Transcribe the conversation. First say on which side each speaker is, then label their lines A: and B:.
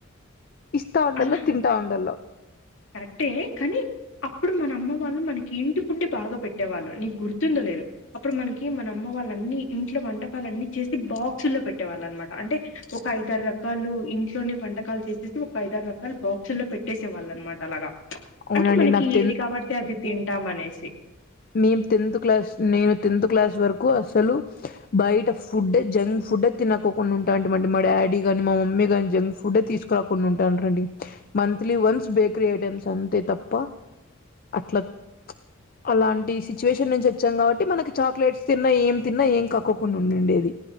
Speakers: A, on the left (about 45°); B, on the left (about 65°).
A: ఇస్తా ఉండల్లా
B: అలా
A: తింటా ఉండల్లా
B: కరెక్టే కానీ అప్పుడు మన అమ్మ వాళ్ళు మనకి ఇంటి ఫుడ్డే బాగా పెట్టేవాళ్ళు నీకు గుర్తుందో లేదో అప్పుడు మనకి మన అమ్మ వాళ్ళన్ని ఇంట్లో వంటకాలన్ని చేసి బాక్సుల్లో పెట్టే వాళ్ళన్నమాట అంటే ఒక ఐదారు రకాలు ఇంట్లోనే వంటకాలు చేసేసి ఒక ఐదారు రకాలు బాక్సు ల్లో పెట్టేసే వాళ్ళనమాట
A: అవునండి
B: అంటే మనకి
A: నాకు
B: ఏది కావడ్తే అది తింటాం అనేసి
A: మేము టెన్త్ క్లాస్ నేను టెన్త్ క్లాస్ వరకు అసలు బయట ఫుడ్డే జంక్ ఫుడ్డే తినకోకుండా ఉంటాంటిమండి మా డాడీగాని మా మమ్మీ గాని జంక్ ఫుడ్డే తీసుకురాకుండా ఉంటాంటరండి మంత్లీ వన్స్ బేకరీ ఐటెమ్స్ అంతే తప్ప అట్లా చ్ అలాంటి సిచ్యువేషన్ నుంచి వచ్చాం కాబట్టి మనకి చాక్లెట్స్ తిన్నా ఏం తిన్నా ఏం కాకోకుండా ఉండుండేది